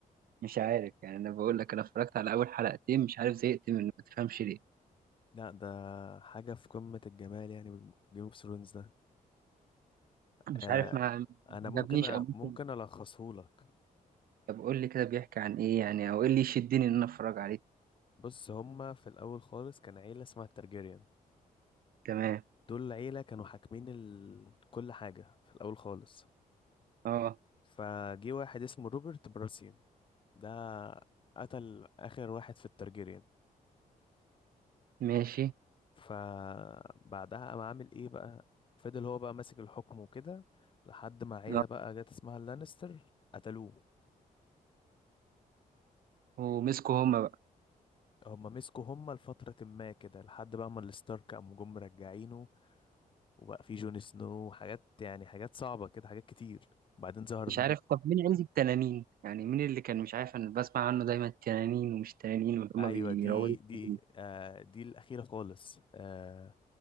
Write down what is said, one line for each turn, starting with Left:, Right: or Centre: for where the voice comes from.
Right: مش عارف يعني انا بقول لك انا اتفرجت على اول حلقتين مش عارف زهقت منه ما تفهمش ليه
Left: لا ده حاجة في قمة الجمال يعني جيم اوف ثرونز
Right: مش
Left: آه،
Right: عارف ما ما
Left: انا
Right: عجبنيش
Left: ممكن أ...
Right: او ممكن
Left: ممكن الخصه لك
Right: طب قول لي كده بيحكي عن ايه يعني او ايه اللي يشدني ان انا اتفرج عليه
Left: بص هما في الاول خالص كان عيله اسمها الترجيريان
Right: تمام
Left: دول عيله كانوا حاكمين ال... كل حاجه في الاول خالص
Right: اه
Left: فجي واحد اسمه روبرت براسيان ده قتل اخر واحد في الترجيريان
Right: ماشي
Left: فبعدها قام عامل ايه بقى فضل هو بقى ماسك الحكم وكده لحد ما عيله
Right: اه
Left: بقى جت اسمها اللانستر قتلوه
Right: ومسكوا هما بقى
Left: هما مسكوا هما لفترة ما كده لحد بقى ما الستارك قاموا جم مرجعينه وبقى في جون سنو وحاجات يعني حاجات صعبة كده حاجات كتير وبعدين ظهر
Right: مش عارف طب مين عيلة التنانين يعني مين اللي كان مش عارف انا بسمع عنه دايما التنانين ومش تنانين واللي هما
Left: ايوه
Right: بيروضوا
Left: دي دي
Right: التنانين.
Left: آه دي الأخيرة خالص آه